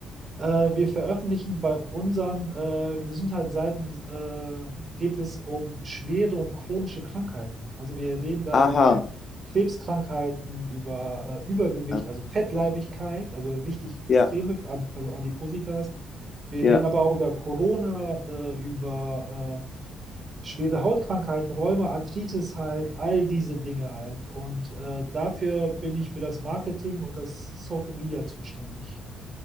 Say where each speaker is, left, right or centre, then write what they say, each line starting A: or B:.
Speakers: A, on the right (about 40°); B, on the left (about 45°).
A: äh, wir veröffentlichen bei unseren äh, Gesundheitsseiten, äh, geht es um schwere und chronische Krankheiten. Also wir reden da
B: Aha,
A: über Krebskrankheiten, über äh, Übergewicht,
B: ah,
A: also Fettleibigkeit,
B: okay.
A: also richtig extreme,
B: ja,
A: also Adipositas. Wir
B: ja.
A: reden aber auch über Corona, äh, über äh, schwere Hautkrankheiten, Rheuma, Arthritis halt, all diese Dinge halt. Und äh, dafür bin ich für das Marketing und das Social Media zuständig.